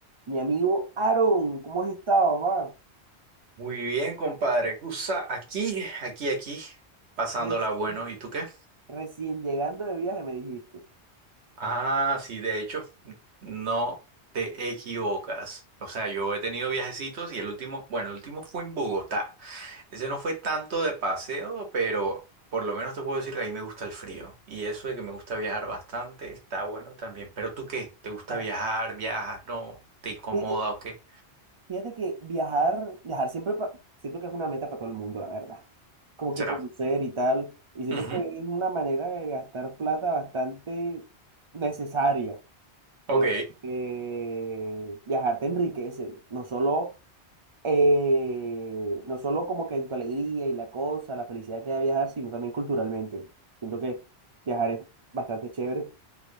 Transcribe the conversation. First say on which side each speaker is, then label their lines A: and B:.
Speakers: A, on the right; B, on the right.
A: Mi amigo Aaron, ¿cómo has estado, mamá?
B: Muy bien, compadre. Cusa, aquí, aquí, aquí, pasándola
A: Recién,
B: bueno. ¿Y tú qué?
A: recién llegando de viaje, me dijiste.
B: Ah, sí, de hecho, no te equivocas. O sea, yo he tenido viajecitos y el último, bueno, el último fue en Bogotá. Ese no fue tanto de paseo, pero por lo menos te puedo decir que a mí me gusta el frío. Y eso de que me gusta viajar bastante está bueno también. Pero ¿tú qué? ¿Te gusta
A: Ah,
B: viajar? ¿Viajas? ¿No? ¿Te incomoda
A: Fíjate,
B: o qué?
A: fíjate que viajar, viajar siempre pa- siento que es una meta para todo el mundo, la verdad. Como
B: ¿Será?
A: que conocer y tal. Y siento
B: Ujú.
A: que es una manera de gastar plata bastante necesaria,
B: Ok.
A: porque viajar te enriquece, no solo eh, no solo como que en tu alegría y la cosa, la felicidad que da viajar, sino también culturalmente. Siento que viajar es bastante chévere,